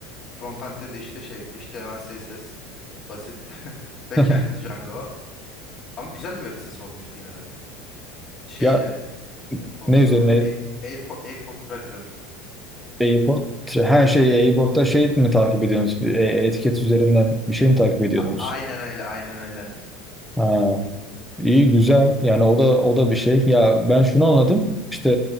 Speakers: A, on the left (about 35°); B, in the centre.
A: Frontend'de de işte şey HTML, CSS basit. <laughs> Backend
B: <laughs>
A: Django. Ama güzel bir web sitesi olmuştu yine de. Şeydi
B: Ya
A: konusu
B: ne üzerine
A: Air, Airpo- Airport Tracker.
B: e-sport? Her şey e-sportta şey mi takip ediyorsunuz? E- Etiket üzerinden bir şey mi takip ediyordunuz?
A: A- Aynen öyle, aynen öyle.
B: Ha. İyi güzel yani o da o da bir şey ya ben şunu anladım işte